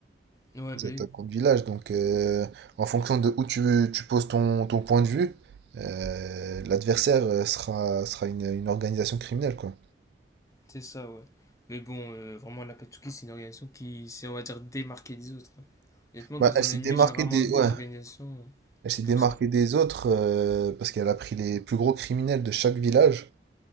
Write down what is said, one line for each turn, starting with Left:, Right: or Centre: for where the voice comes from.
Left: Ouais,
Right: Les
Left: bah
Right: attaques
Left: oui.
Right: contre village. Donc euh, en fonction de où tu, tu poses ton, ton point de vue, euh, l'adversaire euh, sera, sera une, une organisation criminelle quoi.
Left: C'est ça, ouais. Mais bon, euh, vraiment, la Katsuki, c'est une organisation qui s'est, on va dire, démarquée des autres. hein. Honnêtement,
Right: Bah,
Left: dans
Right: elle
Left: un
Right: s'est
Left: anime,
Right: démarquée
Left: j'ai rarement
Right: des,
Left: vu
Right: ouais,
Left: une organisation euh,
Right: Elle s'est démarquée
Left: comme ça. hein.
Right: des autres euh, parce qu'elle a pris les plus gros criminels de chaque village,